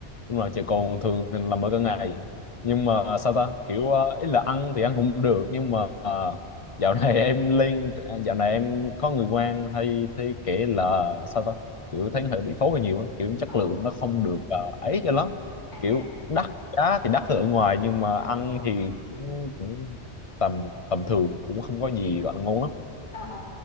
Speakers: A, on the left; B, on the left.
A: đúng rồi chè cồn thường thì làm ở cả ngày nhưng mà
B: Ờ,
A: sao ta kiểu ờ, ý là ăn thì ăn cũng được nhưng mà ờ, dạo này <laughs> em lên à, dạo này em có người quen hay thấy kể là sao ta kiểu thấy nó hơi bị phối hơi nhiều á. kiểu chất
B: ờ,
A: lượng
B: ờ.
A: nó không được ờ, ấy cho lắm
B: à
A: kiểu đắt giá thì đắt hơn ở ngoài nhưng mà ăn thì cũng, cũng tầm tầm thường cũng không có gì gọi là ngon lắm
B: ờ ờ